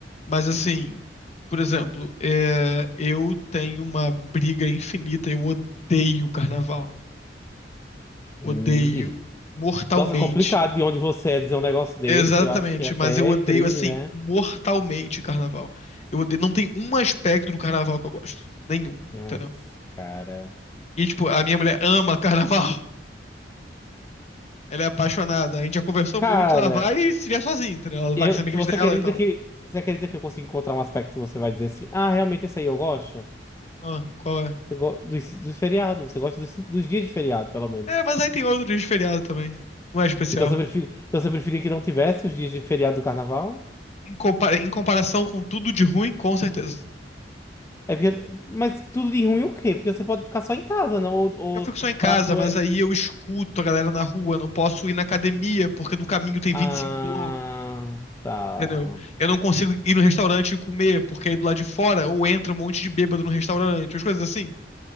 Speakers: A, on the left; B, on the left.
A: Mas assim, por exemplo, é, eu tenho uma briga infinita, eu odeio carnaval.
B: Hum,
A: Odeio
B: ih,
A: mortalmente.
B: nossa, complicado de onde você é dizer um negócio desse,
A: Exatamente,
B: eu acho que é até
A: mas eu odeio
B: crime,
A: assim,
B: né?
A: mortalmente carnaval. Eu odeio, não tem um aspecto do carnaval que eu gosto, nenhum,
B: Nossa,
A: entendeu?
B: cara.
A: E tipo, a minha mulher ama <laughs> carnaval. Ela é apaixonada. A gente já conversou
B: Cara,
A: muito, ela vai se vier sozinha, entendeu? Ela vai
B: eu,
A: com as amigas
B: tu- você
A: dela
B: acredita
A: e tal.
B: que você acredita que eu consigo encontrar um aspecto que você vai dizer assim, ah, realmente esse aí eu gosto?
A: Ah, qual é?
B: Você go dos, dos feriados, você gosta dos, cinco- dos dias de feriado, pelo menos.
A: É, mas aí tem outro dia de feriado também. Não é especial.
B: Então você prefere, então você preferia que não tivesse os dias de feriado do carnaval?
A: Em, compa- em comparação com tudo de ruim, com certeza.
B: É porque, mas tudo de ruim o quê? Porque você pode ficar só em casa, não? Ou, ou
A: Eu fico só em casa,
B: pra tu
A: mas
B: é.
A: aí eu escuto a galera na rua, não posso ir na academia, porque no caminho tem
B: Ah,
A: 25 blocos,
B: tá.
A: entendeu? Eu não consigo ir no restaurante e comer, porque aí do lado de fora ou entra um monte de bêbado no restaurante, as coisas assim,